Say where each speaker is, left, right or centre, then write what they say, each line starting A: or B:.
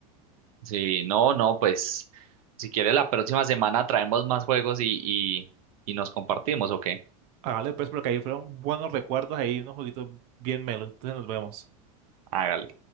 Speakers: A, on the right (about 80°); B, on the right (about 40°).
A: Sí, no, no, pues si quiere la próxima semana traemos más juegos y, y, y nos compartimos, ¿o qué?
B: Hágale pues porque ahí fueron buenos recuerdos, ahí unos jueguitos bien melos, entonces nos vemos.
A: Hágale.